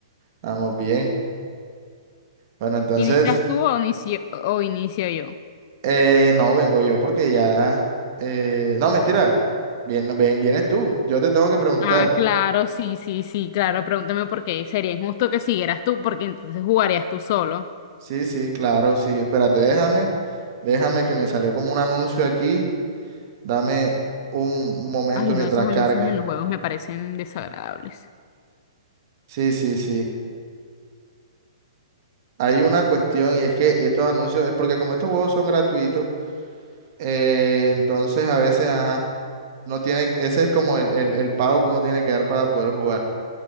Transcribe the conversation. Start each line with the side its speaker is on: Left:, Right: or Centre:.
Right: vamos bien. Bueno, entonces,
Left: ¿Inicias tú o inicio, o inicio yo?
Right: eh, no, vengo yo porque ya... eh, no, mentira. Bien, no, ven, vienes tú. Yo te tengo que preguntar.
Left: Ah, claro, sí, sí, sí, claro. Pregúntame por qué. Sería injusto que siguieras tú, porque entonces jugarías tú solo.
Right: Sí, sí, claro, sí. Espérate, déjame, déjame que me salió como un anuncio aquí. Dame un momento
Left: Ay,
Right: mientras
Left: no, esos anuncios
Right: carga.
Left: en los juegos me parecen desagradables.
Right: Sí, sí, sí. Hay una cuestión y es que estos anuncios, es porque como estos juegos son gratuitos, eh, entonces a veces, ajá. No tiene, ese es como el, el, el pago que uno tiene que dar para poder jugar.